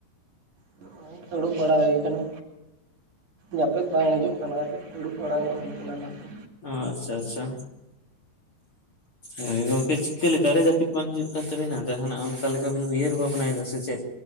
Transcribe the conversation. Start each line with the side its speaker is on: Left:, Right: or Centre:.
Right: ᱱᱚᱜᱼᱚᱭ ᱫᱩᱲᱩᱵ ᱵᱟᱲᱟ ᱦᱩᱭ ᱟᱠᱟᱱᱟ ᱡᱟᱹᱯᱤᱫ ᱵᱟᱝ ᱦᱤᱡᱩᱜᱼᱼ ᱚᱱᱟ ᱛᱮ ᱫᱩᱲᱩᱵ ᱵᱟᱲᱟ ᱧᱚᱜ ᱦᱩᱭ ᱠᱟᱱᱟ ᱚᱱᱟ ᱛᱮᱼᱼ
Left: ᱟᱪᱪᱷᱟ ᱟᱪᱪᱷᱟ᱾ ᱦᱳᱭ ᱜᱚᱢᱠᱮ ᱪᱤᱠᱟᱹ ᱞᱮᱠᱟᱨᱮ ᱡᱟᱹᱯᱤᱫ ᱵᱟᱝ ᱦᱤᱡᱩᱜ ᱠᱟᱱ ᱛᱟᱹᱵᱤᱱᱟ ᱡᱟᱦᱟᱸᱱᱟᱜ ᱚᱱᱠᱟ ᱞᱮᱠᱟ ᱵᱤᱱ ᱩᱭᱦᱟᱹᱨ ᱵᱷᱟᱵᱽᱱᱟᱭᱫᱟ ᱥᱮ ᱪᱮᱫ?